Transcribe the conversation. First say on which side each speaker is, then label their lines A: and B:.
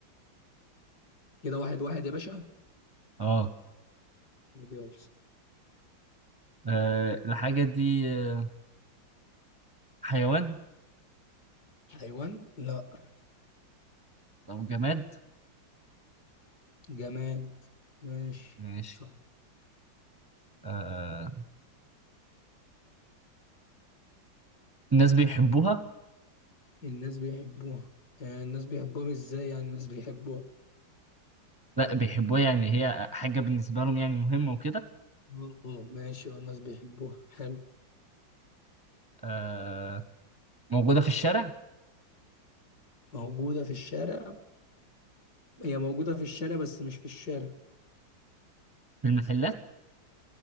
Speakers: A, on the left; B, on the right.
A: كده واحد واحد يا باشا
B: اه
A: طب يلا
B: آه، الحاجة دي آه، حيوان
A: حيوان لا
B: أو جماد
A: جماد ماشي
B: ماشي
A: صح
B: آه. الناس بيحبوها
A: الناس بيحبوها آه الناس بيحبوها ازاي يعني الناس بيحبوها
B: لا بيحبوها يعني هي حاجة بالنسبة لهم يعني مهمة وكده
A: اه آه، ماشي اه الناس بيحبوها حلو
B: آه. موجودة في الشارع
A: موجودة في الشارع هي موجودة في الشارع بس مش في الشارع
B: في المحلات